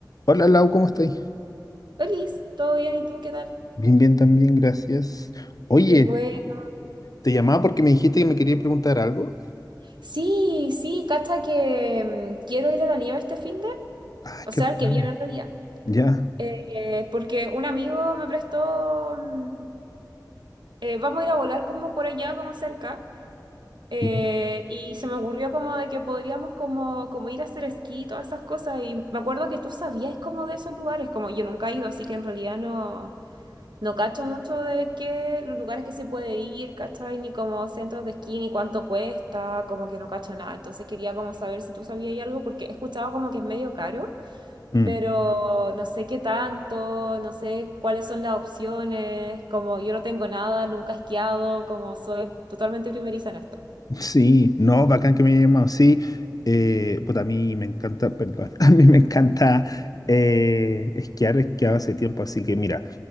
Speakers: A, on the left; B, on the right.
A: Hola Lau, ¿cómo estáis?
B: Feliz, ¿todo bien? ¿Y tú qué tal?
A: Bien, bien, también, gracias. Oye,
B: Qué bueno.
A: te llamaba porque me dijiste que me querías preguntar algo.
B: Sí, sí, cacha que mm, quiero ir a la nieve este fin de,
A: Ah,
B: o
A: qué
B: sea,
A: bacán.
B: el que viene en realidad.
A: Ya,
B: Eh, porque un amigo me prestó, mm, eh, vamos a ir a volar como por allá, como cerca, eh,
A: ya.
B: y se me ocurrió como de que podríamos como, como ir a hacer esquí, todas esas cosas, y me acuerdo que tú sabías como de esos lugares, como yo nunca he ido, así que en realidad no, No cacho mucho de qué, los lugares que se puede ir, ¿cachai? Ni como centros de esquí, ni cuánto cuesta, como que no cacho nada. Entonces quería como saber si tú sabías algo, porque he escuchado como que es medio caro,
A: Mm.
B: pero no sé qué tanto, no sé cuáles son las opciones, como yo no tengo nada, nunca he esquiado, como soy totalmente primeriza en esto.
A: Sí, no, bacán que me haya llamado. Sí, eh, puta, a mí me encanta, perdón, <laughs> a mí me encanta eh, esquiar, esquiaba hace tiempo, así que mira,